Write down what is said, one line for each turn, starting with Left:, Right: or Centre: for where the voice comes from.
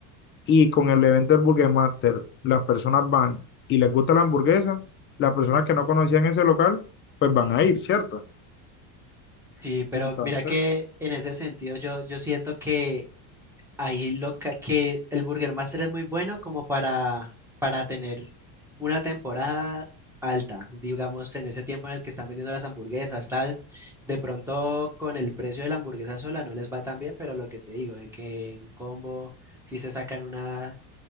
Left: y con el evento del Burger Master las personas van y les gusta la hamburguesa, las personas que no conocían ese local, pues van a ir, ¿cierto?
Centre: Sí, pero
Left: Entonces,
Centre: mira que en ese sentido yo, yo siento que ahí lo ca- que, el Burger Master es muy bueno como para, para tener una temporada alta, digamos en ese tiempo en el que están vendiendo las hamburguesas, tal, de pronto con el precio de la hamburguesa sola no les va tan bien, pero lo que te digo, de que en combo si se sacan una